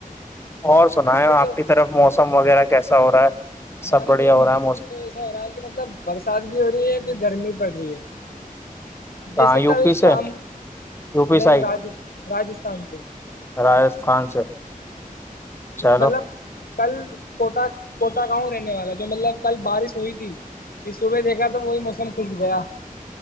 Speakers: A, on the left; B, on the left.
A: اور سنا ہے
B: لیے
A: آپ کی طرف موسم وغیرہ کیسے سورا
B: ہماری
A: سب بڑھیا
B: طرف
A: ہو رہا
B: موسم
A: ہے
B: تو ایسا ہو رہا ہے کہ مطلب برسات بھی ہو رہی ہے پھر گرمی پڑ رہی ہے
A: کہاں
B: جیسے
A: یو
B: کل
A: پی
B: شام
A: سے یو پی
B: نہیں
A: سائڈ
B: راج راجستھان سے
A: راجستھان سے چلو
B: مطلب کل کوٹا کوٹا گؤ رہنے والا جو مطلب کل بارش ہوئی تھی پ صبح دیکھا تو وہی موسم کھل گیا